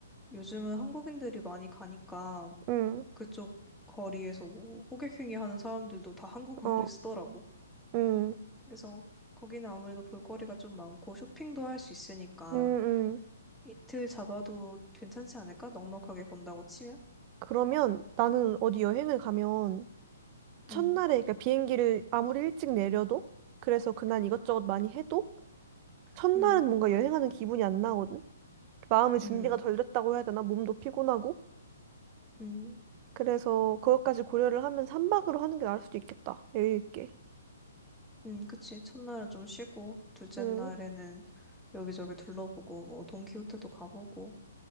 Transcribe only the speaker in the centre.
요즘은 한국인들이 많이 가니까
그쪽 거리에서 뭐 호객행위 하는 사람들도 다 한국어를
쓰더라고.
그래서 거기는 아무래도 볼거리가 좀 많고 쇼핑도 할 수 있으니까
이틀 잡아도 괜찮지 않을까? 넉넉하게 본다고 치면?
음,
음,
음,
음,
음, 그치. 첫날은 좀 쉬고, 둘째
날에는 여기저기 둘러보고, 뭐, 돈키호테도 가보고,